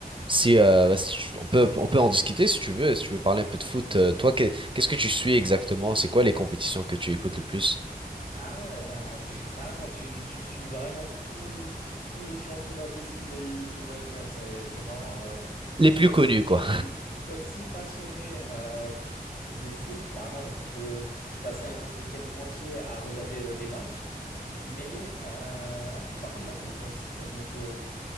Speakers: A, on the right; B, on the left.
A: Si, euh, bah, si tu- on peut on peut en discuter si tu veux si tu veux parler un peu de foot Euh, toi que- Qu'est-ce que tu suis exactement? C'est quoi les compétitions que tu écoutes le plus?
B: Ah ouais, ah, <laughs> carrément, tu, tu suis vraiment tout- tous les championnats possibles et i- imaginables. C'est, c'est marrant. euh.
A: Les plus
B: Moi
A: connues,
B: aussi, je dirais
A: quoi.
B: que je suis aussi passionné euh, de foot. Vraiment, je peux passer un week-end entier à regarder euh, des matchs. Mais, euh, mais par contre, moi, je me, con- je me co-